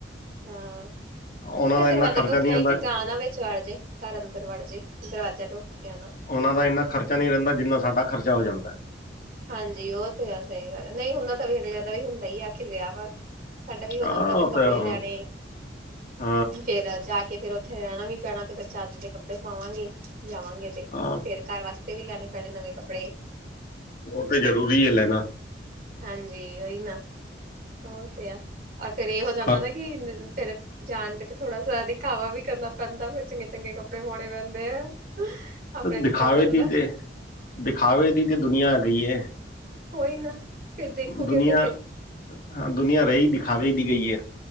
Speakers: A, on the right; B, on the left.
A: ਹਾਂ,
B: ਉਹਨਾਂ
A: ਬੇਟਾ
B: ਦਾ ਇੰਨਾ
A: ਦਰਵਾਜ਼ਾ
B: ਖਰਚਾ
A: ਢੋਕ ਕੇ
B: ਨਹੀਂ
A: ਆਈ,
B: ਹੁੰਦਾ
A: ਤੇ ਗਾ ਨਾ ਵਿੱਚ ਵਢ ਜਾਏ ਘਰ ਅੰਦਰ ਵੜ ਜਾਏ, ਦਰਵਾਜ਼ਾ ਢੋਹ ਕੇ ਆਣਾ
B: ਉਹਨਾ ਦਾ ਇੰਨਾ ਖਰਚਾ ਨਹੀਂ ਰਹਿੰਦਾ, ਜਿੰਨਾ ਸਾਡਾ ਖਰਚਾ ਹੋ ਜਾਂਦਾ
A: ਹਾਂਜੀ, ਉਹ ਤੇ ਆ ਸਹੀ ਗੱਲ ਨਹੀਂ ਉਹਨਾਂ ਤਾਂ ਵੀ ਅਗਲਿਆਂ ਦਾ ਵੀ ਹੁੰਦਾ ਹੀ, ਆਖਿਰ ਵਿਆਹ ਵਾ, ਸਾਡਾ ਵੀ ਹੋ
B: ਹਾਂ
A: ਜਾਂਦਾ
B: ਉਹ
A: ਕੱਪੜੇ
B: ਤਾਂ
A: ਲੈਣੇ
B: ਹਾਂ <unintelligible>
A: ਫੇਰ ਜਾ ਕੇ ਫੇਰ ਉੱਥੇ ਰਹਿਣਾ ਵੀ ਪੈਣਾ, ਤੇ ਫੇਰ ਚੱਜ ਦੇ ਕੱਪੜੇ ਪਾਵਾਂਗੇ ਜਾਵਾਂਗੇ।
B: ਹਾਂ
A: ਫੇਰ ਘਰ ਵਾਸਤੇ ਵੀ ਲੈਣੇ ਪੈਣੇ ਨਵੇਂ ਕੱਪੜੇ
B: ਉਹ ਤੇ ਜ਼ਰੂਰੀ ਹੈ ਲੈਣਾ
A: ਹਾਂਜੀ, ਓਹੀ ਨਾ, ਹੋ ਤੇ ਆ ਪਰ ਫੇਰ ਇਹ ਹੋ ਜਾਂਦਾ
B: ਹਰ
A: ਨਾ ਕਿ ਫੇਰ ਜਾਣ ਡ, ਤਾਂ ਥੋੜਾ ਜ ਦਿਖਾਵਾ ਵੀ ਕਰਨਾ ਪੈਂਦਾ, ਫਿਰ ਚੰਗੇ ਚੰਗੇ ਕੱਪੜੇ ਪਾਉਣੇ ਪੈਂਦੇ ਆ ਆਪਣੇ
B: ਦਿਖਾਵੇ
A: ਤੇ ਚੱਲ ਜਾਂਦਾ
B: ਦੀ ਤੇ, ਦਿਖਾਵੇ ਦੀ ਤੇ ਦੁਨੀਆਂ ਆ ਗਈ ਹੈ।
A: ਉਹੀ ਨਾ ਫੇਰ ਦੇਖੋਗੇ,
B: ਦੁਨੀਆ
A: ਤੇ ਫੇਿਰ
B: ਹਾਂ ਦੁਨੀਆਂ ਰਹੀ ਦਿਖਾਵੇ ਦੀ ਗਈ ਹੈ।